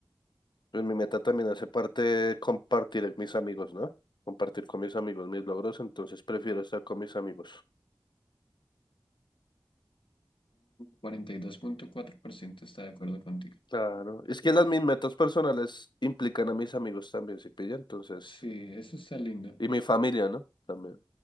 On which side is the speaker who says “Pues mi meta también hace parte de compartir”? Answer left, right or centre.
Left